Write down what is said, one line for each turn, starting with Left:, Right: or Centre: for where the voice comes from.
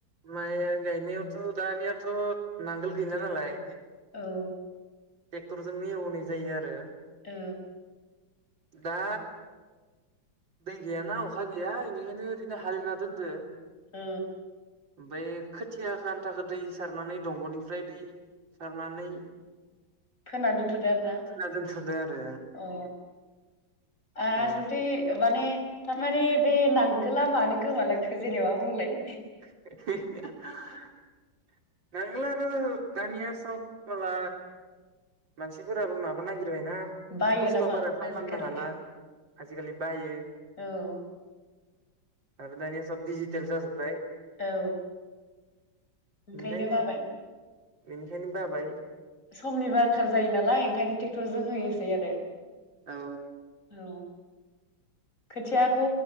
Right: माइया गायनायावथ' दानियाथ' नांगोल गैला नालाय
Left: औ
Right: ट्रेक्टरजोंनो एवनाय जायो आरो।
Left: औ
Right: दा दै गैयाना अखा गैया बेनिखायनो ओरैनो हालेवना दोन्दो।
Left: औ
Right: ओमफाय खोथियाखो आन्थाखो दै सारनानै दंग'निफ्राय दै सारनानै
Left: फोना दोनथ'दो आरोना
Right: होना दोनथारदो आरो
Left: अ आसलथे
Right: ओं औ
Left: माने थारमानि बे नांगोला मानो गोमालांखो जेनेबा बुंलाय।
Right: <unintelligible> नांगोला आरो दानिया सब माला मानसिफोराबो माबा नागिर <unintelligible> ना
Left: बायो
Right: खस्थ'बारा
Left: नामा
Right: खालामनो
Left: आजिखालि
Right: हाला। आजिखालि बायो।
Left: औ
Right: आरो दानिया सब डिजितेल जाजोबबाय।
Left: औ ओंखायनो
Right: बेनिखायनो
Left: बाबाय।
Right: बेनिखायनो बाबाय।
Left: समनिबो आंखाल जायो नालाय ओंखायनो टेक्टरजों होयोसै आरो।
Right: औ
Left: औ खोथियाखौ